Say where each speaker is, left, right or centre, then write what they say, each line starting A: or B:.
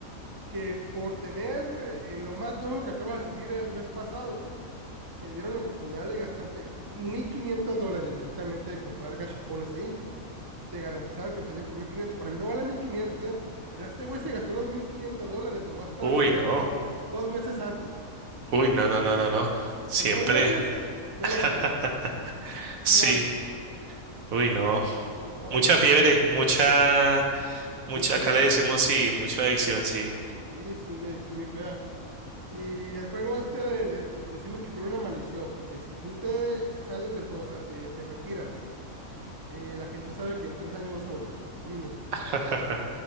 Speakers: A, on the right; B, on the right.
A: que por tener eh, lo más nuevo que acaba de salir el mes pasado, que dieron la oportunidad de gastarte 1.500 dólares directamente de comprar gachapones ahí, te garantizaban que salían por 1.500, para mí no vale 1.500, ¿eh? Pero este güey se gastó los 1.500 dólares nomás para
B: Uy,
A: tenerlo
B: no.
A: dos meses antes,
B: Uy,
A: porque
B: no,
A: en dos,
B: no, no, no, no. Siempre,
A: en dos meses yo
B: <laughs>
A: lo voy a tener.
B: sí.
A: y gratis.
B: Uy, no.
A: No,
B: Mucha
A: pero pues,
B: fiebre, mucha, mucha,
A: mucho adicto.
B: acá le decimos sí, mucha adicción, sí.
A: Sí, es una adicción muy fea. Y el juego este le, le- le decimos que tiene una maldición, porque si tú te sales del juego, o sea, te, te retiras, eh, la gente sabe que en tres años vas a volver, mínimo.
B: <laughs>